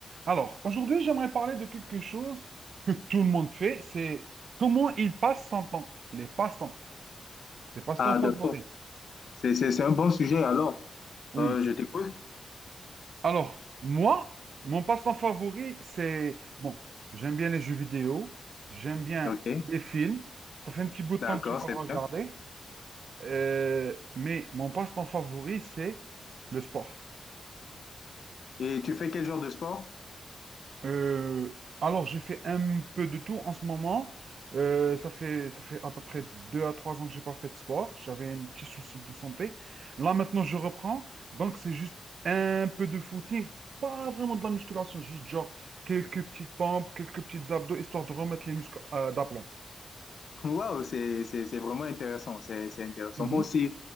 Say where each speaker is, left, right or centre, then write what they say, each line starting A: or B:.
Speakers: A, on the right; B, on the left.
A: Alors, aujourd'hui, j'aimerais parler de quelque chose que tout le monde fait, c'est comment il passe son temps, les passe-temps, tes passe-temps
B: Ah,
A: favoris.
B: d'accord. C'est, c'est, c'est un bon sujet alors.
A: Oui.
B: Euh, je t'écoute.
A: Alors, moi, mon passe-temps favori, c'est, bon, j'aime bien les jeux vidéo, j'aime bien
B: Ok,
A: les films, ça fait un petit bout
B: d'accord,
A: de temps que je n'ai pas regardé,
B: c'est bien.
A: Euh, mais mon passe-temps favori, c'est le sport.
B: Et tu fais quel genre de sport?
A: Euh, alors, j'ai fait un peu de tout en ce moment. Euh, ça fait, ça fait à peu près deux à trois ans que j'ai pas fait de sport. J'avais un petit souci de santé. Là, maintenant, je reprends. Donc, c'est juste un peu de footing, pas vraiment de la musculation, juste genre quelques petites pompes, quelques petites abdos, histoire de remettre les muscles euh, d'aplomb.
B: Waouh, c'est, c'est, c'est vraiment intéressant. C'est, c'est intéressant.
A: Mhm.
B: Moi aussi,